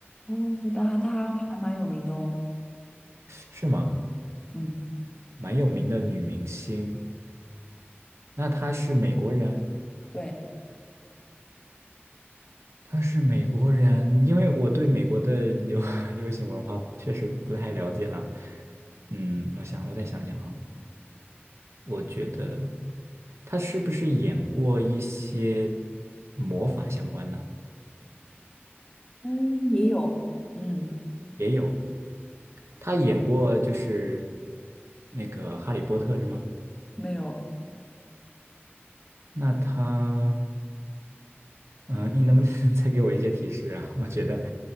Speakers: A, on the left; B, on the right.
A: 哦，但他还蛮有名的哦。
B: 是吗？
A: 嗯，
B: 蛮有名的女明星，那她是美国人？
A: 对，
B: 他是美国人，因为我对美国的流 <laughs> 流行文化确实不太了解了。嗯，我想我再想想哈，我觉得他是不是演过一些魔法相关的？
A: 嗯，也有，嗯，
B: 也有，他演过就是那个《哈利波特》是吗？
A: 没有。
B: 那他，嗯，你能不能 <laughs> 再给我一些提示啊？<laughs> 我觉得，